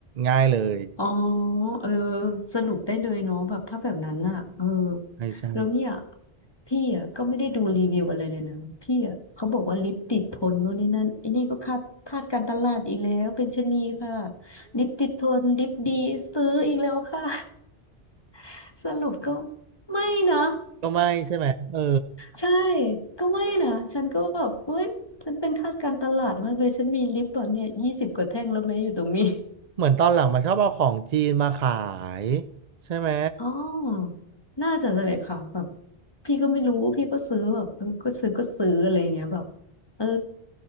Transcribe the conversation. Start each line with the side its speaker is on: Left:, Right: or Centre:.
Right: ง่ายเลย
Left: อ๋อเออสรุปได้เลยเนาะแบบถ้าแบบนั้นน่ะเออ
Right: ใช่ใช่
Left: แล้วเนี่ยพี่อ่ะก็ไม่ได้ดูรีวิวอะไรเลยนะพี่อ่ะเขาบอกว่าลิปติดทนนู่นนี่นั่นไอ้นี่ก็คาดพลาดการตลาดอีกแล้วเป็นชะนีค่ะลิปติดทนลิปดีซื้ออีกแล้วค่ะ <laughs> สรุปก็ไม่นะ
Right: ก็ไม่ใช่ไหมเออ
Left: ใช่ ก็ไม่นะ ฉันก็แบบเว้ยฉันเป็นทาสการตลาดมากเลย ฉันมีลิปตอนเนี่ยยี่สิบกว่าแท่งแล้วไหมอยู่ตรงนี้
Right: เหมือนตอนหลังมันชอบเอาของจีนมาขายใช่ไหม
Left: อ๋อ น่าจะเลยค่ะแบบพี่ก็ไม่รู้ พี่ก็ซื้อแบบเออก็ซื้อก็ซื้ออะไรอย่างเงี้ยแบบเออ